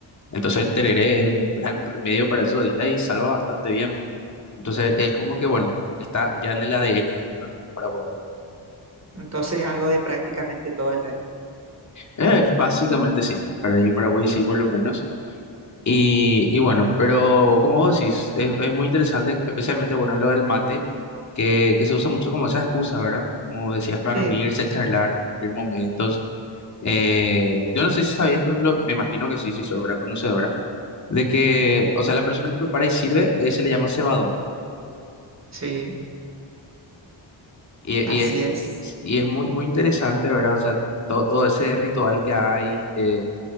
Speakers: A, on the left; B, on the right.
A: entonces el tereré es un gran remedio para esos días y salva bastante bien. Entonces es como que bueno, está ya en el ADN ahí, ¿verdad? Paraguayo.
B: Entonces es algo de prácticamente todo el año.
A: Eh, básicamente sí, para ahí en Paraguay sí por lo menos. Y, y bueno, pero como vos decís, es, es muy interesante, especialmente, bueno, lo del mate, que, que se usa mucho como esa excusa, ¿verdad? Como decías, para
B: Sí,
A: reunirse, charlar, compartir momentos. Eh, yo no sé si sabías, por ejemplo, me imagino que sí, si sos gran conocedora, de que, o sea, la persona que prepara y sirve eh, se le llama cebador.
B: sí,
A: Y,
B: así
A: y es,
B: es.
A: y es muy, muy interesante, ¿verdad? O sea, todo, todo ese ritual que hay, eh,